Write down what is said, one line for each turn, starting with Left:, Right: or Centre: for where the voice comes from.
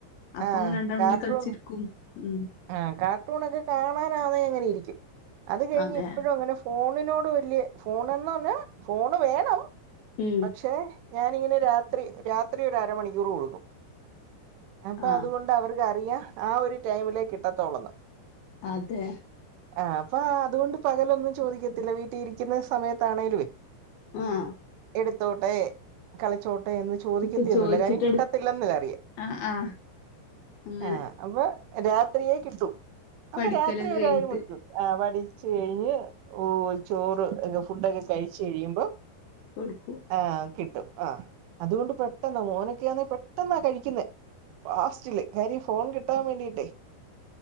Left: അപ്പ
Right: ആഹ്
Left: അങ്ങനെ രണ്ടെണ്ണം
Right: കാർട്ടൂൺ
Left: കൂടി കളിച്ചിരിക്കും ഉം
Right: ആഹ് കാർട്ടൂണൊക്കെ കാണാനാന്നെ ഇങ്ങനെരിക്കും അത് കഴിഞ്ഞ്
Left: അതെ
Right: എപ്പോഴും അങ്ങനെ ഫോ ഫോണിനോട് വല്യയ ഫോൺന്ന് പറഞ്ഞാ ഫോണ് വേണം
Left: ഉം
Right: പക്ഷേ ഞാനിങ്ങനെ രാത്രി രാത്രി ഒരു അരമണിക്കൂർ കൊടുക്കും അപ്പൊ
Left: ആഹ്
Right: അതുകൊണ്ടവർക്ക് അറിയാ ആഹ് ഒരു ടൈമിലേക്ക് കിട്ടത്തോളന്ന്
Left: അതെ
Right: ആ അപ്പൊ അതുകൊണ്ട് പകലൊന്നും ചോദിക്കത്തില്ല വീട്ടിൽ ഇരിക്കുന്ന സമയത്താണേങ്കലും വ്യ
Left: ആഹ
Right: എടുത്തോട്ടെ കളിച്ചോ ന്ന് ചോദിക്കത്തിയൊന്നുവില്ല
Left: ഇപ്പൊ ചോയിച്ചിട്ട്
Right: കാര്യം കിട്ടത്തില്ലന്ന്
Left: എടു
Right: ഇതറിയാം
Left: ആഹ് ആഹ് അങ്ങനെ
Right: ആഹ് അപ്പൊ രാത്രിയേ കിട്ടൂ അപ്പൊ
Left: പഠിക്കലൊക്കെ
Right: രാത്രി <unintelligible>
Left: കഴിഞ്ഞിട്ട്
Right: ആഹ് വടിച്ചുകഴിഞ്ഞ് ഓ ചോറ് ഫുഡൊക്കെ കഴിച്ച് കഴിയുമ്പോ
Left: കൊഴക്കും
Right: ആ കിട്ടും ആ അതുകൊണ്ട് പെട്ടെന്ന മോനൊക്കെയാന്നെ പെട്ടെന്നാ കഴിക്കുന്നത് ഫാസ്റ്റില് കാര്യം ഫോൺ കിട്ടാൻ വേണ്ടിയിട്ടേ